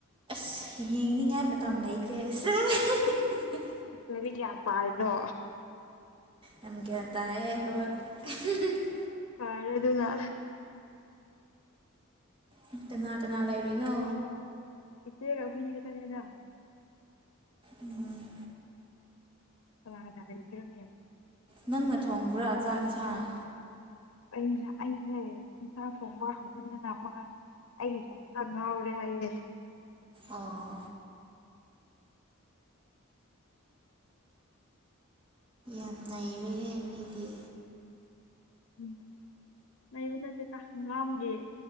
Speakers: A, on the right; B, on the left.
A: ꯁꯤ ꯌꯦꯡꯅꯤꯡꯉꯥꯏ ꯃꯇꯝ ꯂꯩꯇꯦ ꯁꯦ <unintelligible>
B: ꯏꯁ ꯂꯥꯢꯔꯤꯛ ꯌꯥꯝ ꯄꯥꯔꯤꯔꯣ?
A: ꯌꯥꯝ ꯒ꯭ꯌꯥꯟ ꯇꯥꯏꯌꯦ ꯍꯣꯏ <unintelligible>
B: ꯐꯥꯔꯦ ꯑꯗꯨꯅ꯫
A: <unintelligible> ꯀꯅꯥ ꯀꯅꯥ ꯂꯩꯔꯤꯅꯣ?
B: ꯏꯠꯆꯦꯒ ꯑꯈꯣꯢꯅꯤ ꯈꯛꯇꯅꯦꯗ꯫
A: ꯎꯝ꯫
B: <unintelligible>
A: ꯅꯪꯅ ꯊꯣꯡꯕ꯭ꯔꯥ ꯆꯥꯛ ꯏꯟꯁꯥꯡ꯫
B: ꯑꯩꯅ ꯑꯩꯁꯦ ꯏꯟꯁꯥꯡ ꯊꯣꯡꯕ ꯍꯥꯎꯃꯟꯗꯅ ꯃꯥ ꯑꯩ ꯀꯣꯛꯇ ꯉꯥꯎꯔꯦ ꯍꯥꯏꯌꯦ꯫
A: ꯑꯥ꯫ ꯌꯥꯝ ꯅꯩꯔꯦꯍꯦ ꯃꯤꯗꯤ꯫
B: ꯎꯝ꯫ ꯂꯩꯕ ꯅꯠꯇꯦꯗ ꯍꯪꯒꯥꯝꯒꯤ